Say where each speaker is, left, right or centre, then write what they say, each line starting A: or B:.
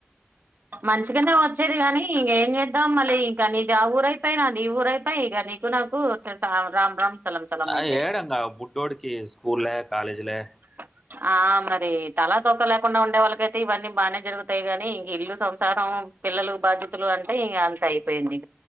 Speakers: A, on the right (about 45°); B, in the centre.
A: మంచిగానే వచ్చేది గానీ ఇంక ఏం చేద్దాం మళ్ళీ ఇంకా నీదావూరయిపోయ, నాదీవూరైపోయ కానీ నువ్ నాకు <inaudible> రామ్ రామ్ చలం చలం
B: ఆ
A: అయిపోయి
B: ఏడంగా బుడ్డోడికి స్కూల్ లే కాలేజ్ లే
A: <inaudible> ఆ మరి తల, తోక లేకుండా ఉండే వాళ్ళకైతే ఇవన్నీ బానే జరుగుతాయి గాని ఇల్లు సంసారం పిల్లలు బాధ్యతలు అంటే ఇగ అంత అయిపోయింది